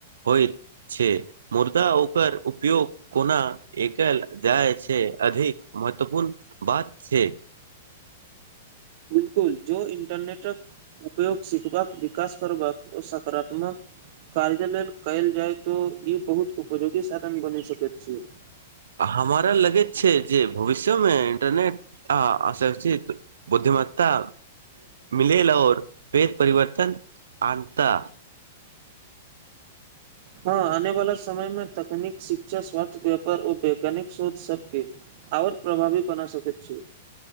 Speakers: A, on the right; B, on the right.
A: होइत छै मुर्दा ओकर उपयोग कोना एकऐल जाइ छै अधिक महत्वपूर्ण बात छै
B: बिल्कुल जो इन्टरनेटक उपयोग सिखबाक विकास करबाक ओ सकारात्मक कार्य लेल कयल जाय तो ई बहुत उपयोगी साधन बनि सकैत छै
A: हमारा लगैत छै जे भविष्यमे इंटरनेट आ शिक्षित बुद्धि मत्ता मिलेल ओर पैघ परिवर्तन आनता
B: हँ आने वाला समय मे तकनीक शिक्षा स्वास्थ व्यापार ओ वैज्ञानिक शोध सबके आओर प्रभावी बना सकैत छी